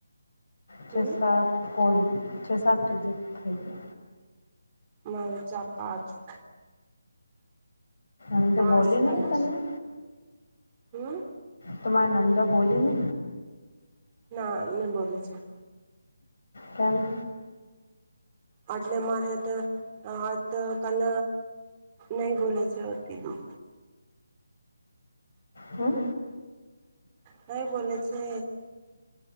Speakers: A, on the left (about 55°); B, on the right (about 25°).
A: ચસાાર
B: હમ
A: કોલી છ સાત ડિજેટ થઈ ગય
B: મારે ચા પાજું
A: નંદે
B: પાસ
A: બોલી
B: ફાયસ
A: નહીં તમને
B: હમ
A: તમારે નંદા ને બોલીને
B: ના નિ બોદ છેે
A: કેમ
B: આટલે મારે તો આ તો કન નહી બોલે છે હોતી દું
A: હમ
B: નઈ બોલે છે